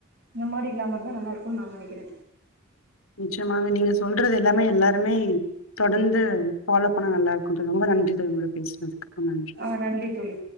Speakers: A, on the right (about 50°); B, on the left (about 90°).
A: இந் மாரி இல்லாம இருந்தா நல்லாயிருக்குன் நா நெனைக்கிற
B: நிச்சயமாக நீங்க சொல்றது எல்லாமே எல்லாருமே தொடர்ந்து ஃபாலோ பண்ண நல்லா இருக்கு தோழி ரொம்ப நன்றி தோழி உங்களுடன் பேஸ்னதுக்கு ரொம் நன்றி
A: ஆ நன்றி தோழி